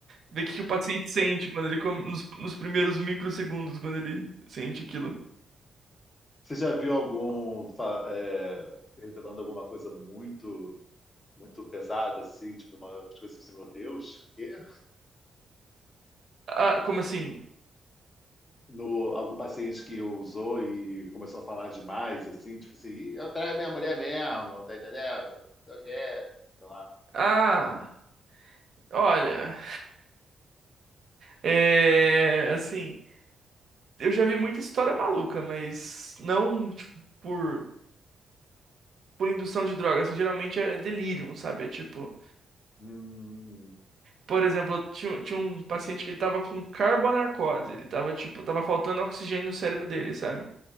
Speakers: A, on the right; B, on the left.
A: ver o que que o paciente sente quando ele come, nos, nos primeiros microsegundos, quando ele sente aquilo.
B: Você já viu algum fa- é, revelando alguma coisa muito muito pesada, assim, tipo, uma coisa assim, meu Deus, quê?
A: Ah, como assim?
B: No, algum paciente que usou e começou a falar demais, assim, tipo assim, "Ih, eu traio minha mulher mesmo, tá entendendo? Não quero, sei lá.
A: Ah, olha, é, assim, eu já vi muita história maluca, mas não, tipo, por, por indução de droga, assim, geralmente é delírio, sabe? É tipo,
B: Hum,
A: por exemplo, eu tinha, tinha um paciente que ele tava com carbonarcose, ele tava, tipo, tava faltando oxigênio no cérebro dele, sabe?